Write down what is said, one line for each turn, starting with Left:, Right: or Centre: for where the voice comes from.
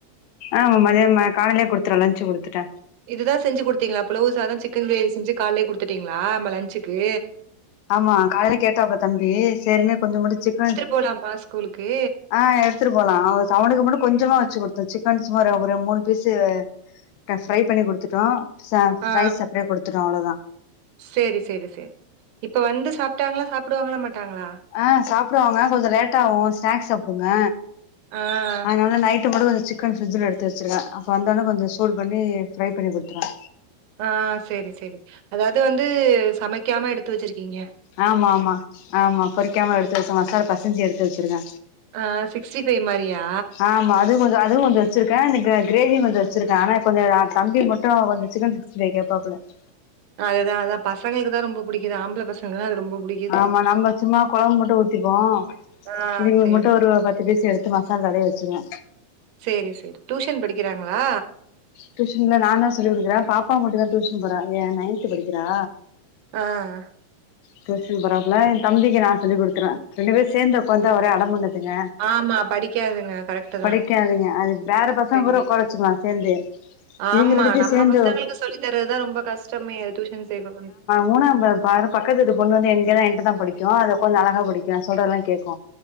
Left: ஆமா மதியமே காலைலே குடுத்துவ லன்ச்சு குடுத்துட்ட
Right: இதுதா செஞ்சு கொடுத்தீங்களா புலவு சாதோ சிக்கன் கிரேவி செஞ்சு கால்லே குடுத்துட்டிங்களா நம்ம லஞ்சிக்கு
Left: ஆமா காலையில கேட்டாப்ல்ல தம்பி சேரின்னு கொஞ்ச முட்டு சிக்கன்
Right: போலாம்மா ஸ்கூலுக்கு
Left: ஆ எடுத்துட்டு போலா அவனுக்கு மட்டு கொஞ்சமா வச்சு குடுத்தோ சிக்கன் சும்மா ஒரு மூணு பீஸ்சு ஃப்ரை பண்ணி குடுத்துட்டோ
Right: ஆ
Left: ரைஸ் அப்டே குடுத்துட்டோ அவ்ளோதா
Right: சரி சரி சரி இப்ப வந்து சாப்ட்டாங்களா சாப்புடுவாங்களா மாட்டாங்களா
Left: ஆ சாப்டுவாங்க கொஞ்ச லேட் ஆவு ஸ்நாக்ஸ் சாப்டுங்க
Right: ஆ
Left: அதனால நைட்டு மட்டு கொஞ் சிக் கன் ஃரிட்ஜில்ல எடுத்துச்சுவச்சுருக்க அப்போ வந்தோனே கொஞ்ச சுடுபண்ணி ப்ரை பண்ணி குடுத்துருவ
Right: ஆ சேரி சேரி அதாவது வந்து சமைக்காம எடுத் து வச்சிருக்கிங்க
Left: ஆமா ஆமா ஆமா பொறிக்காம எடுத்து வச்சன் மசாலா பெசஞ்சு எடுத்து வச்சிருக்க
Right: ஆ சிக்ஸ்டி ஃபை் மாரியா
Left: ஆமா அது கொஞ்சோ அது கொஞ்ச வச்சிருக்க இந்த கிரேவியு கொஞ்ச வச்சிருக்க ஆனா கொஞ்ச தம்பி மட்டு கொஞ்ச சிக்கன் சிக்ஸிடிஃபை கேப்பாப்ல்ல <inaudible>
Right: அதேதா அதா பசங்களுக்கு தா ரொம்ப புடிக்குது ஆம்பள பசங்க அது ரொம்ப புடிக்குது
Left: ஆ நம்ம சும்மா கொழும்பு மட்டு ஊத் ஊத்திக்குவோ
Right: ஆ
Left: இதுங்களுக்கு
Right: சரி,
Left: மட்டுபத்துஒரு பத்து பீஸ் எடுத்து மசால் தடவி வச்சுருவ
Right: சேரி சேரி டியூஷன் படிக்கிறாங்களா
Left: டியூஷன்ல நாதா சொல்லி குடுக்குற பாப்பா மட்டு தா டியூஷன் போறா ஏ நைன்த்து படிக்கிறா
Right: ஆ
Left: டியூஷன் போறாப்ல எ தம்பிக்கு நா சொல்லி குடுத்துருவ ரெண்டு பேர் சேந்து உக்காந்தா ஒரே அடம் பண்ணுதுங்க
Right: ஆமா படிக்காதுங்க கரெக்ட்டு
Left: படிக்காதுங்க
Right: தான்.
Left: அது வேற பசங்க
Right: சரி,
Left: கூட உக்காரச்சுக்லா
Right: சரி.
Left: சேந்து இதுங்க
Right: ஆமா
Left: ரெண்டுத்தையு
Right: நம்ம
Left: சேந்து
Right: பசங்களுக்கு சொல்லி தரதுதா ரொம்ப கஷ்டமே அது டியூஷன் சேர்க்கன்னுன்
Left: மூணாவது பாரு பக்கத்து வீட்டு பொண்ணுவந்து எங்கிட்டதா என்ட்ட தா படிக்கு அது கொஞ்ச அழக படிக்கு சொல்றதுலா கேட்கு